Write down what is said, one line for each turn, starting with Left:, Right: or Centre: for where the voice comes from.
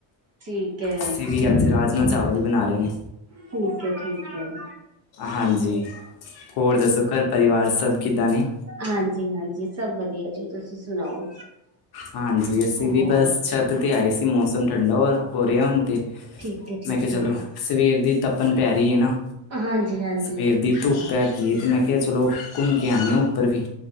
Right: ਠੀਕ ਹੈ
Left: ਅਸੀਂ ਵੀ ਅੱਜ ਰਾਜਮਾਂ ਚਾਵਲ ਹੀ ਬਣਾ ਰਹੇ ਨੇ।
Right: ਠੀਕ ਐ- ਠੀਕ ਐ ।
Left: ਹਾਂਜੀ, ਹੋਰ ਦੱਸੋ ਘਰ ਪਰਿਵਾਰ ਸਭ ਕਿੱਦਾਂ ਨੇ?
Right: ਹਾਂਜੀ- ਹਾਂਜੀ, ਸਭ ਵਧੀਆ ਜੀ । ਤੁਸੀਂ ਸੁਣਾਓ
Left: ਹਾਂਜੀ, ਅਸੀਂ
Right: ਹੋਰ
Left: ਵੀ ਬਸ ਛੱਤ ਤੇ ਆਏ ਸੀ। ਮੌਸਮ ਠੰਡਾ ਹੋਇਆ ਹੋਇ ਰਿ ਹਣ ਤੇ,
Right: ਠੀਕ ਹੈ ਠੀਕ
Left: ਮੈਂ ਕਿਹਾ
Right: ਹੈ
Left: ਚਲੋ ਸਵੇਰ ਦੀ ਤੱਪਣ ਪੈ ਰਹੀ ਏ ਨਾ।
Right: ਹਾਂਜੀ ਹਾਂਜੀ
Left: ਸਵੇਰ ਦੀ ਧੁੱਪ ਹੈੈਗੀ ਏ, ਤੇ ਮੈਂ ਕਿਹਾ ਚਲੋ ਘੁੰਮ ਕੇ ਆਨੇ ਆ ਉੱਪਰ ਵੀ।